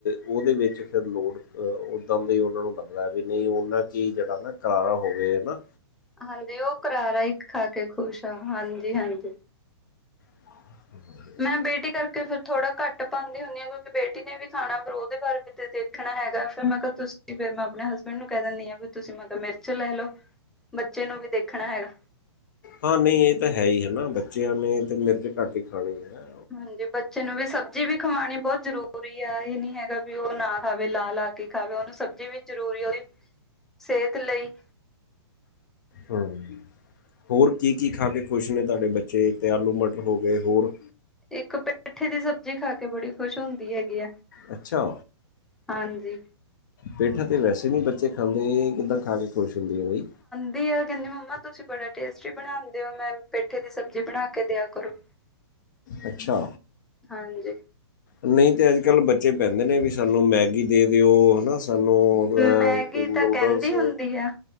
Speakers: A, on the left; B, in the centre.
A: ਉਹਦੇ ਵਿੱਚ ਫਿਰ ਲੋੜ ਓਦਾਂ ਦਾ ਹੀ ਉਹਨਾ ਨੂੰ ਲੱਗਦਾ ਵੀ ਨਹੀਂ ਉਹਨਾ ਕੀ ਜਿਹੜਾ ਨਾ ਕਰਾਰਾ ਹੋਵੇ ਹੈਨਾ।
B: ਹਾਂਜੀ, ਉਹ ਕਰਾਰਾ ਈ ਖਾ ਕੇ ਖ਼ੁਸ਼ ਆ ਹਾਂਜੀ ਹਾਂਜੀ।
A: <unintelligible>
B: ਮੈਂ ਬੇਟੀ ਕਰਕੇ ਫਿਰ ਥੋੜਾ ਘੱਟ ਪਾਨੀ ਹੂਨੀ ਆ, ਕਿਉਂਕਿ ਬੇਟੀ ਨੇ ਵੀ ਖਾਣਾ ਹੁੰਦਾ ਫਿਰ ਉਹਦੇ ਵਾਰੇ ਵੀ ਤੇ ਦੇਖ ਦੇਖਣਾ ਹੈਗਾ ਫਿਰ ਮੈਂ ਕਿਹਾ ਤੁਸੀਂ ਫਿਰ ਮੈਂ ਆਪਣੇ ਹਸਬੈਂਡ ਨੂੰ ਕਹਿ ਦਿੰਨ ਹਾਂ, ਵੀ ਤੁਸੀਂ ਮਤਲਬ ਮਿਰਚ ਲੈ ਲਓ। ਬੱਚੇ ਨੂੰ ਵੀ ਦੇਖਣਾ ਹੈਗਾ।
A: ਹਾਂ ਨਹੀਂ ਇਹ ਤਾਂ ਹੈ ਹੀ ਹੈਨਾ ਬੱਚਿਆਂ ਨੇ ਤੇ ਮਿਰਜ਼ ਘੱਟ ਹੀ ਖਾਣੀ ਆ।
B: ਹਾਂਜੀ, ਬੱਚੇ ਨੂੰ ਵੀ ਸਬਜ਼ੀ ਵੀ ਖਵਾਉਣੀ ਬਹੁਤ ਜ਼ਰੂਰੀ ਹੈ ਇਹ ਨੀ ਹੈਗਾ ਵੀ ਉਹ ਨਾ ਖਾਵੇ ਲਾ ਲਾ ਕੇ ਖਾਵੇ ਉਹਨੂੰ ਸਬਜ਼ੀ ਵੀ ਜ਼ਰੂਰੀ ਉਹਦੀ ਸਿਹਤ ਲਈ।
A: ਹੂੰ। ਹੋਰ ਕੀ ਕੀ ਖਾ ਕੇ ਖੁਸ਼ ਨੇ ਤੁਹਾਡੇ ਬੱਚੇ ਤਾਂ ਆਲੂ ਮਟਰ ਹੋ ਗਏ ਹੋਰ।
B: ਇੱਕ ਪੇਠੇ ਦੀ ਸਬਜ਼ੀ ਖਾ ਕੇ ਬੜੀ ਖੁਸ਼ ਹੁੰਦੀ ਹੈਗੀ ਆ।
A: ਅੱਛਾ,
B: ਹਾਂਜੀ
A: ਪੇਠਾਂ ਤੇ ਵੈਸੇ ਨਹੀਂ ਬੱਚੇ ਖਾਂਦੇ ਇਹ ਕਿੱਦਾਂ ਖਾਕੇ ਖੁਸ਼ ਹੁੰਦੇ ਆ ਬਾਈ।
B: ਦੀ ਆ ਕਹਿੰਦੀ ਮੰਮਾ ਤੁਸੀਂ ਬੜਾ ਟੇਸਟੀ ਬਣਾਉਂਦੇ ਹੋ ਮੈਂਨ ਪੇਠੇ ਦੀ ਸਬਜ਼ੀ ਬਣਾ ਕੇ ਦਿਆ ਕਰੋ। <unintelligible>
A: ਅੱਛਾ।
B: ਹਾਂਜੀ
A: ਨਹੀਂ ਤੇ ਅੱਜ ਕੱਲ ਬੱਚੇ ਪੈਂਦੇ ਨੇ ਵੀ ਸਾਨੂੰ ਮੈਗੀ ਦੇ ਦਿਓ ਹਨਾ। ਸਾਨੂੰ ਹ
B: ਮੈਗੀ
A: ਬ
B: ਤਾਂ
A: ਨੂਡਲਸ।
B: ਕਹਿੰਦੀ ਹੁੰਦੀ ਆ